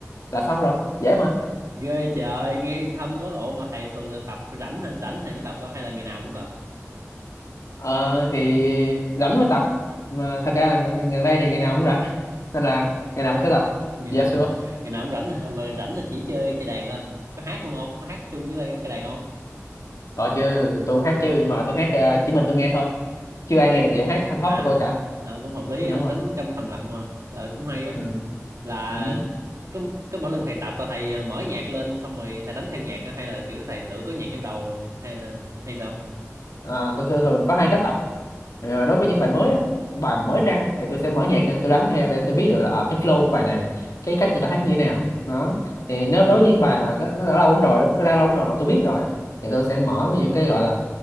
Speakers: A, on the left; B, on the right.
A: là xong rồi dễ mà
B: ghê trời nghe yên thâm quá ủa mà thầy thường là tập rảnh hả rảnh thầy mới tập hả? hay là ngày nào cũng tập
A: Ờ, thì rảnh mới tập mà thật ra là gần đây thì ngày nào cũng rảnh nên là ngày nào cũng sẽ tập
B: ngày
A: dạ
B: nào
A: xưa
B: cũng ngày nào cũng rảnh hả? Mà rảnh là chỉ chơi cái đàn thôi có hát luôn không có hát chung với lại cái đàn không
A: tội chứ tôi không hát chứ nhưng mà tôi hát ờ, chỉ mình tôi nghe thôi chưa ai nghe được giọng hát thanh
B: à
A: thoát của tôi cả
B: đúng à, cũng hợp lý
A: Ừ,
B: á,
A: đúng
B: đánh
A: rồi
B: trong thầm lặng mà rồi cũng hay á
A: ừ.
B: là
A: Ừ.
B: cứ cứ mỗi lần thầy tập là thầy à, mở nhạc lên xong rồi thầy đánh theo nhạc á? hay là kiểu thầy tự có nhạc trong đầu rồi? hay là hay sao
A: Ờ, tôi thường thường có hai cách tập Ờ, đối với những bài mới á bài mới ra thì tôi sẽ mở nhạc lên tôi đánh theo để tôi biết được là à, cái flow của bài này cái cách người ta hát như thế nào đó thì nếu đối với những bài mà nó, nó đã lâu lắm rồi nó ra lâu lắm rồi mà tôi biết rồi á thì tôi sẽ mở những cái gọi là